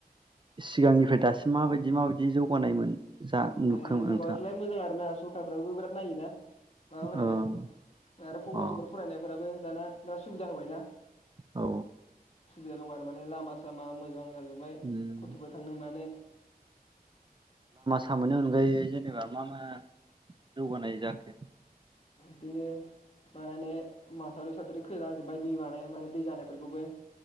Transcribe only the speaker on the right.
सिगांनिफ्रायद दासिम माबायदि माबायदि जौगानायमोन जा नुखो
नोंथाङा
औ
अ
औ
उम
हा मोननि अगायै जेनबा दा मा मा जौगानाय जाखो?